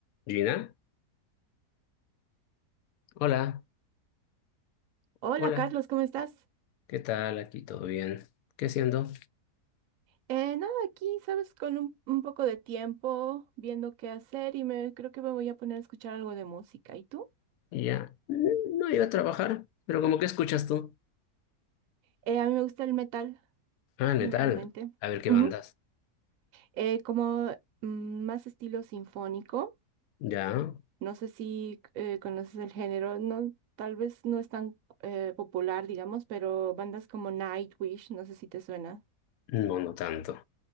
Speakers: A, on the left; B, on the right.
A: Gina, hola,
B: Hola
A: hola,
B: Carlos, ¿cómo estás?
A: ¿qué tal? Aquí todo bien. ¿Qué haciendo?
B: Eh, nada, aquí, sabes, con un, un poco de tiempo viendo qué hacer y me creo que me voy a poner a escuchar algo de música. ¿Y tú?
A: Ya, mm, no iba a trabajar, pero como que escuchas tú.
B: Eh, a mí me gusta el metal,
A: Ah, metal.
B: generalmente.
A: A ver qué
B: Ujú.
A: bandas.
B: Eh, como mm, más estilo sinfónico.
A: Ya,
B: No sé si eh, conoces el género, no, tal vez no es tan eh, popular, digamos, pero bandas como Nightwish, no sé si te suena.
A: no, no tanto.